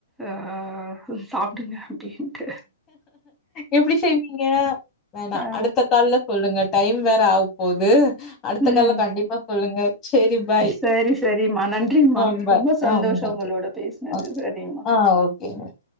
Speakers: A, in the centre; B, on the left.
A: அ கொஞ்சோ சாப்பிடுங்க அப்டின்ட்டு
B: எப்டி செய்வீங்க வேணா
A: ஆ
B: அடுத்த கால்ல சொல்லுங்க டைம் வேற ஆகப் போகுது அடுத்த
A: ம்
B: கால்ல கண்டிப்பா சொல்லுங்க சேரி பாய்
A: சரி சரிம்மா நன்றிம்மா
B: ஆ பாய்
A: ரொம்ப சந்தோஷோ
B: ஆ ஓகே
A: உங்களோட பேசுனது
B: ஓகே
A: சரிம்மா
B: ஆ ஓகேங்க